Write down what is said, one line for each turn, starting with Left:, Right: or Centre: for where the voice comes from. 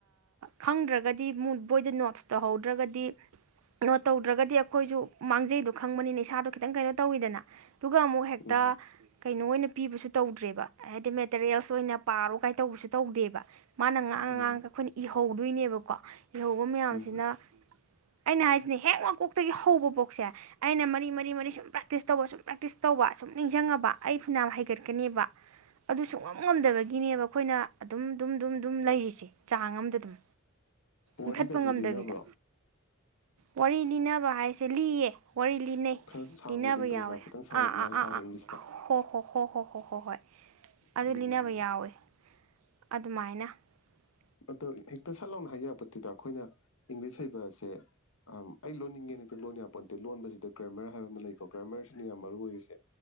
Right: ꯈꯪꯗ꯭ꯔꯒꯗꯤ ꯕꯣꯏꯗ ꯅꯣꯠꯁ ꯇꯧꯍꯧꯗ꯭ꯔꯒꯗꯤ ꯅꯣꯠ ꯇꯧꯗ꯭ꯔꯒꯗꯤ ꯑꯩꯈꯣꯏꯁꯨ ꯃꯥꯡꯖꯩꯗꯣ ꯈꯪꯕꯅꯤꯅ ꯏꯁꯥꯗꯣ ꯈꯤꯇꯪ ꯀꯩꯅꯣ ꯇꯧꯋꯤꯗꯅ ꯑꯗꯨꯒ ꯑꯃꯨꯛ ꯍꯦꯛꯇ
Left: ꯎꯝ
Right: ꯀꯩꯅꯣ ꯑꯣꯏꯅ ꯄꯤꯕꯁꯨ ꯇꯧꯗ꯭ꯔꯦꯕ ꯍꯥꯏꯗꯤ ꯃꯦꯇꯦꯔꯤꯌꯦꯜꯁ ꯑꯣꯏꯅ ꯄꯥꯔꯣ ꯀꯥꯏ ꯇꯧꯕꯁꯨ ꯇꯧꯗꯦꯕ ꯃꯥꯅ ꯉꯥꯡꯉ
Left: ꯎꯝ
Right: - ꯉꯥꯡꯉꯒ ꯑꯩꯈꯣꯏꯅ ꯏꯍꯧꯗꯣꯏꯅꯦꯕꯀꯣ ꯏꯍꯧꯕ ꯃꯌꯥꯝꯁꯤꯅ
Left: ꯎꯝ
Right: ꯑꯩꯅ ꯍꯥꯏꯁꯤ ꯅꯦ ꯍꯦꯛ ꯃꯀꯣꯛꯇꯒꯤ ꯍꯧꯕ ꯄꯣꯛꯁꯦ ꯑꯩꯅ ꯃꯔꯤ ꯃꯔꯤ ꯃꯔꯤ ꯁꯨꯝ ꯄ꯭ꯔꯦꯛꯇꯤꯁ ꯇꯧꯕ ꯁꯨꯝ ꯄ꯭ꯔꯦꯛꯇꯤꯁ ꯇꯧꯕ ꯁꯨꯝ ꯅꯤꯡꯁꯤꯡꯉꯕ ꯑꯩ ꯐꯨꯅꯥꯝ ꯍꯩꯒꯠꯀꯅꯦꯕ ꯑꯗꯨ ꯁꯨꯡꯉꯝ ꯉꯝꯗꯕꯒꯤ ꯒꯤꯅꯦꯕ ꯑꯩꯈꯣꯏꯅ ꯑꯗꯨꯝ ꯑꯗꯨꯝ - ꯑꯗꯨꯝ - ꯑꯗꯨꯝ ꯂꯩꯔꯤꯁꯦ ꯆꯥꯡ ꯑꯃꯝꯗ ꯑꯗꯨꯝ
Left: ꯋꯥꯔꯤꯒꯗꯤ
Right: ꯏꯟꯈꯠꯄ ꯉꯝꯗꯕꯤꯗ
Left: ꯂꯤꯅꯕ꯭ꯔꯣ
Right: ꯋꯥꯔꯤ ꯂꯤꯅꯕ ꯍꯥꯏꯁꯦ ꯂꯤꯌꯦ ꯋꯥꯔꯤ ꯂꯤꯅꯩ
Left: ꯈꯔ ꯁꯥꯡꯅ
Right: ꯂꯤꯅꯕ
Left: ꯑꯗꯨꯝ ꯄꯦꯔꯥꯒ꯭ꯔꯥꯐ
Right: ꯌꯥꯎꯋꯦ
Left: ꯈꯤꯇꯪ ꯁꯥꯡꯂꯞꯅ
Right: ꯑꯥ ꯑꯥ
Left: ꯍꯥꯏꯇꯥꯔꯦ
Right: ꯑꯥ ꯑꯥ
Left: ꯏꯪꯂꯤꯁꯇ
Right: ꯍꯣ ꯍꯣ ꯍꯣ ꯍꯣ ꯍꯣ - ꯍꯣꯏ꯫ ꯑꯗꯨ
Left: ꯎꯝ
Right: ꯂꯤꯅꯕ ꯌꯥꯎꯋꯦ ꯑꯗꯨꯃꯥꯏꯅ <inaudible>
Left: ꯑꯗꯣ ꯍꯦꯛꯇ ꯁꯠ ꯂꯥꯎꯅ ꯍꯥꯏ ꯌꯥꯄꯣꯠꯇꯦꯗ ꯑꯩꯈꯣꯏꯅ ꯏꯪꯂꯤꯁ ꯍꯩꯕ ꯑꯁꯦ ꯑꯝ ꯑꯩ ꯂꯣꯟꯅꯤꯡꯉꯦꯅ ꯍꯦꯛꯇ ꯂꯣꯟ ꯌꯥꯄꯣꯟꯇꯦ ꯂꯣꯟꯕꯁꯤꯗ ꯒ꯭ꯔꯃꯔ ꯍꯥꯏꯕ ꯑꯃ ꯂꯩꯀꯣ ꯒ꯭ꯔꯃꯔꯁꯤꯅ ꯌꯥꯝ ꯃꯔꯨ ꯑꯣꯏꯔꯤꯁꯦ